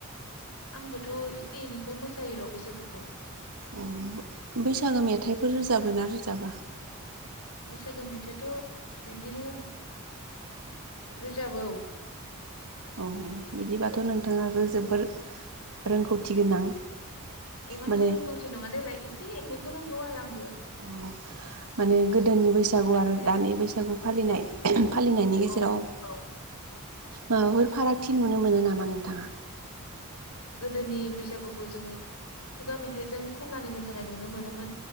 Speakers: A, on the left (about 85°); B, on the right (about 85°).
A: आंबोथ' एसे एनैखौ मोसायो र बैसागोखौ
B: अ बैसागो मेथाइफोर रोजाबो ना रोजाबा?
A: बैसागो मेथाइ थ बिब्दिनो रोजाबौ
B: औ बिदिबाथ' नोंथाङाबो जोबोर रोंगौथि गोनां
A: इमानबो
B: माने
A: रोंगौथि नङा देलाय एसे एनै रोंगौ आरो आं
B: अ माने गोदोनि बैसागु आरो
A: जेरै
B: दानि बैसागु फालिनाय फालिनायनि गेजेराव
A: औ औ
B: माबाफोर फारागथि नुनो मोनो नामा नोंथाङा
A: गोदोनि बैसागुखौ जोङो खुगा मेथाइजों खननानै मोसानाय नुनो मोनोमोन